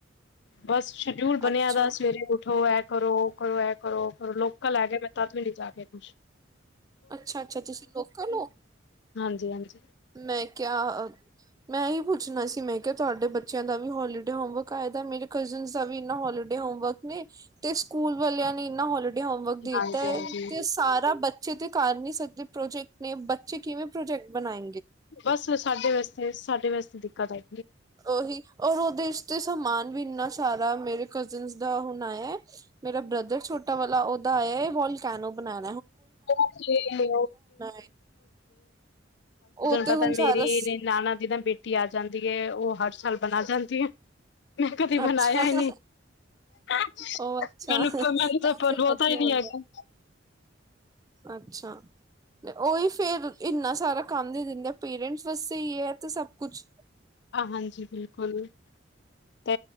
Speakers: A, on the left; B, on the right.
A: ਬਸ ਸ਼ੇਡਿਊਲ ਬਣਿਆ
B: ਅੱਛਾ
A: ਦਾ ਸਵੇਰੇ ਉੱਠੋ ਐ ਕਰੋ, ਕਰੋ ਐ ਕਰੋ ਫੇਰ ਉਹ ਲੋਕਲ ਹੈਗੇ ਮੈਂ ਤਦ ਵੀਲੀ ਜਾ ਕੇ ਕੁਛ
B: ਅੱਛਾ-ਅੱਛਾ ਤੁਸੀਂ ਲੋਕਲ ਹੋ?
A: ਹਾਂਜੀ-ਹਾਂਜੀ।
B: ਮੈਂ ਕਿਹਾ ਮੈਂ ਇਹੀ ਪੁੱਛਣਾ ਸੀ ਮੈਂ ਕਿਹਾ ਤੁਹਾਡੇ ਬੱਚਿਆਂ ਦਾ ਵੀ ਹੋਲੀਡੇ ਹੋਮਵਰਕ ਆਏ ਦਾ, ਮੇਰੇ ਕਜ਼ਨ ਦਾ ਵੀ ਇਨਾ ਹੋਲੀਡੇ ਹੋਮਵਰਕ ਨੇ ਤੇ ਸਕੂਲ ਵਾਲਿਆਂ ਨੇ ਇਨਾਂ ਹੋਲੀ ਹੋਮਵਰਕ ਦੇ
A: ਹਾਂਜੀ
B: ਤਾ ਹੈ
A: ਹਾਂਜੀ
B: ਤੇ ਉਹ ਸਾਰਾ ਬੱਚ ਬੱਚੇ ਤੇ ਕਾਰ ਨੀ ਸਕਦੇ, ਪ੍ਰੋਜੈਕਟ ਨੇ ਬੱਚੇ ਕਿਵੇਂ ਪ੍ਰੋਜੈਕਟ ਬਣਾਏ
A: ਬਸ ਸਾਡੇ ਵਾਸਤੇ, ਸਾਡੇ ਵਾਸਤੇ ਦਿੱਕਤ ਐ।
B: ਓਹੀ ਔਰ ਉਹਦੇ ਚ ਤੇ ਸਮਾਨ ਵੀ ਇੰਨਾ ਸਾਰਾ ਮੇਰੇ ਕਜ਼ਨ ਦਾ ਹੁਨ ਆਇਆ, ਮੇਰਾ ਬ੍ਰਦਰ ਛੋਟਾ ਵਾਲਾ ਉਹਦਾ ਆਇਆ ਹੈ ਵਾਲ ਕੈਨੋ ਬਨਾਇਆ।
A: <unintelligible> ਤੁਹਾਨੂੰ
B: ਹੈ ਉਹ ਤੇ
A: ਪਤਾ
B: ਹੁਣ
A: ਮੇਰੀ
B: ਸਾਰਾ
A: ਨਾਨਾ ਦੀ ਨਾ ਬੇਟੀ ਆ ਜਾਂਦੀ ਐ। ਉਹ ਹਰ ਸਾਲ ਬਨਾ ਜਾਂਦੀ ਐ। ਮੈਂ ਕਦੀ ਬਣਾਇਆ
B: ਅੱਛਾ
A: ਹੀ ਨਹੀਂ, ਮੈਨੂੰ,
B: ਉਹ ਅੱਛਾ
A: ਮੈਨੂੰ ਤਾਂ <unintelligible>
B: ਫਿਰ ਵਧੀਆ
A: ਹੀ ਨਹੀਂ
B: ਹੁੰਦਾ
A: ਹੈਗਾ।
B: ਅੱਛਾ ਉਹੀ ਫੇਰ ਇਨਾ ਸਾਰਾ ਕੱਮ ਦੇ ਦਿੰਦੇ, ਪੇਰੈਂਟਸ ਵਾਸਤੇ ਹੀ ਹੈ ਤੇ ਸਭ ਕੁਛ।
A: ਹਾਂਜੀ, ਬਿਲਕੁਲ ਤੇ